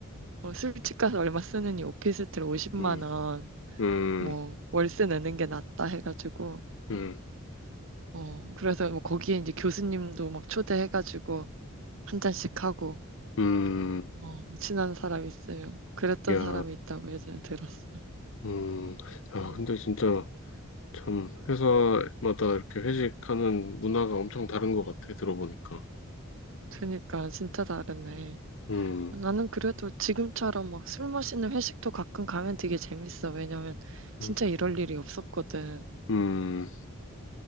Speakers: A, on the right; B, on the left.
A: 어, 술집 가서 얼마 쓰느니 오피스텔 50만
B: 음.
A: 원,
B: 음,
A: 뭐 월세 내는 게 낫다 해가지고
B: 음,
A: 어 그래서 뭐 거기에 이제 교수님도 막 초대해가지고 한 잔씩 하고
B: 음,
A: 어 친한 사람 있으면 그랬던
B: 야,
A: 사람이 있다고 예전에 들었어.
B: 음, 야,
A: 음.
B: 근데 진짜 참 회사마다 이렇게 회식하는 문화가 엄청 다른 것 같아, 들어보니까.
A: 그러니까 진짜 다르네.
B: 음,
A: 나는 그래도 지금처럼 막 술 마시는 회식도 가끔 가면 되게 재밌어. 왜냐면 진짜
B: 음,
A: 이럴 일이 없었거든.
B: 음,